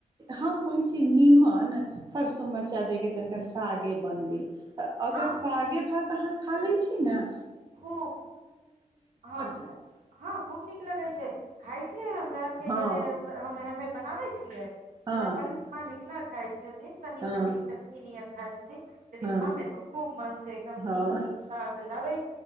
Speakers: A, on the right; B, on the right.
A: हम कहैत छी नीमक सरसो मरचा देके तनिका सागे बन गेल तऽ अगर
B: हँ
A: सागे भात तऽ अहाँ खा लै छी न
B: खूब हँ
A: जायत
B: हँ खूब नीक लगै छैइ खाय छियैइ हम हमरा आर के
A: हँ
B: घरे हमें हमे बनाबै छियै
A: हँ
B: हमर मलिक मालिक ने खाइ छै तनी
A: हँ
B: मनी चटनी नियन खाइछथि लेकिन
A: हँ
B: हमे तो खूब मन से एकदम
A: हँ
B: नीक नीक साग लाबै